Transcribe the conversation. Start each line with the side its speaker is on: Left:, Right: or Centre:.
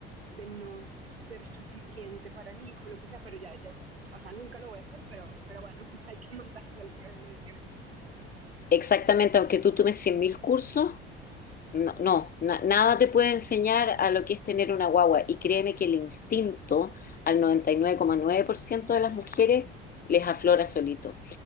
Right: de no ser suficiente para el hijo, lo que sea, pero ya, ya, o sea, nunca lo voy a hacer, pero, pero bueno, <laughs> hay que mandarse al ruedo eventualmente.
Left: Exactamente, aunque tú tomes 100.000 cursos, no, no, na- nada te puede enseñar a lo que es tener una guagua. Y créeme que el instinto al noventa y nueve nueve coma nueve por ciento de las mujeres les aflora solito.